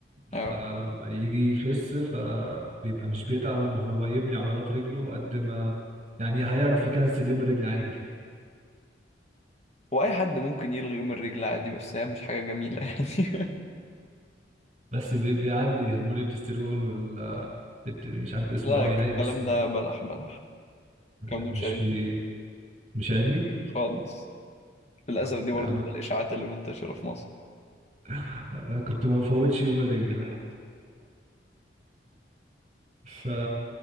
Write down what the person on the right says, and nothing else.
فلما
يجي يخس فبيبقى مش بيتعب ان هو يبني عضلات رجله قد ما يعني هيعرف يكنسل يوم الرجل عادي
بس بي- بيعلي هرمون التستيرون وال الت- مش
عارف اسمه
قوي
يعني بس
مش
بي... مش علمي
انا
<laughs> أنا كنت ما بفوتش يوم الرجل ف